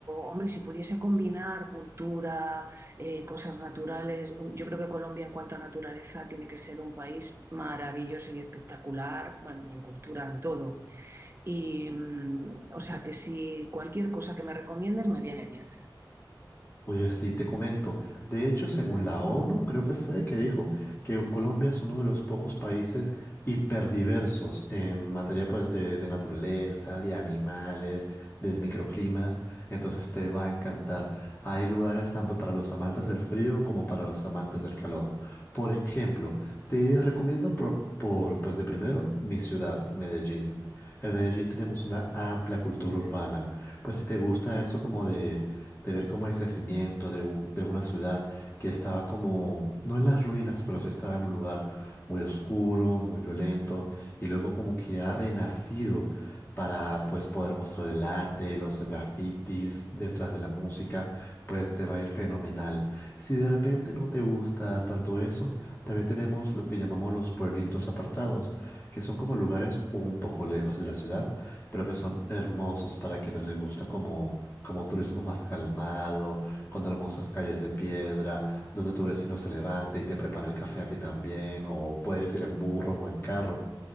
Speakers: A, on the right (about 30°); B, on the left (about 30°).
A: hombre, si pudiese combinar cultura, eh, cosas naturales, mm, yo creo que Colombia en cuanto a naturaleza tiene que ser un país maravilloso y espectacular, bueno, y en cultura, en todo. Y, mm, o sea, que si cualquier cosa que me recomiendes me viene bien.
B: Oye, sí, te comento. De hecho, según la ONU, creo que fue que dijo que Colombia es uno de los pocos países hiperdiversos en materia pues de, de naturaleza, de animales, de microclimas. Entonces te va a encantar. Hay lugares tanto para los amantes del frío como para los amantes del calor. Por ejemplo, te recomiendo por, por pues de primero mi ciudad, Medellín. En Medellín tenemos una amplia cultura urbana. Pues si te gusta eso como de de ver como el crecimiento de, un- de una ciudad que estaba como, no en las ruinas, pero sí estaba en un lugar muy oscuro, muy violento, y luego como que ha renacido para pues poder mostrar el arte, los grafitis detrás de la música, pues te va a ir fenomenal. Si de repente no te gusta tanto eso, también tenemos lo que llamamos los pueblitos apartados, que son como lugares un poco lejos de la ciudad, pero que son hermosos para quienes les gusta como como un turismo más calmado, con hermosas calles de piedra, donde tu vecino se levanta y te prepara el café a ti también, o puedes ir en burro o en carro,